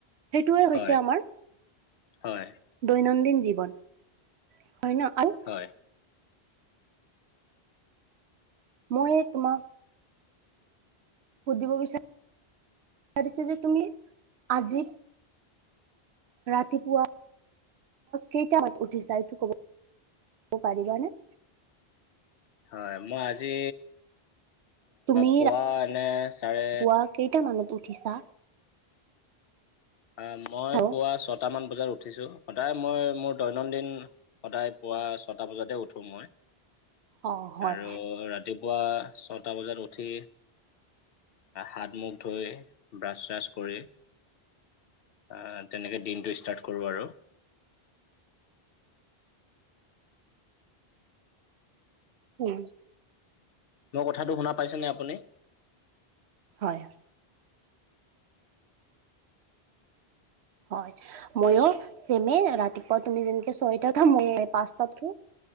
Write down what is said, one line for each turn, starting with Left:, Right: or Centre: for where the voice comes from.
Right: সেইটোৱে
Left: হয়,
Right: হৈছে আমাৰ
Left: হয়।
Right: দৈনন্দিন জীৱন হয় ন, আৰু
Left: হয়,
Right: মই এই তোমাক সুধিব বিচাৰিছোঁ যে, তুমি আজি ৰাতিপুৱা কেইটামানত উঠিছা? এইটো ক'ব পাৰিবনে?
Left: হয়, মই আজি
Right: তুমি
Left: পুৱা এনে, চাৰে
Right: ৰাতিপুৱা <unintelligible> উঠিছা
Left: অ', মই
Right: আৰু
Left: পুৱা ছয়টা মান বজাত উঠিছোঁ, সদায় মই মোৰ দৈনন্দিন সদায় পুৱা ছয়টা বজাতে উঠো মই
Right: অ হয়
Left: আৰু ৰাতিপুৱা ছয়ত ছয়টা বজাত উঠি হাত মুখ ধুই ব্ৰাছ চাছ কৰি অ', তেনেকে দিনটো ষ্টাৰ্ট কৰোঁ আৰু
Right: উম্।
Left: মোৰ কথাটো শুনা পাইছেনে আপুনি?
Right: হয়। হয়, ময়ো ছেমে ৰাতিপুৱা তুমি যেনেকে ছয়টা উঠা, ময়ো পাঁচটাত উঠো।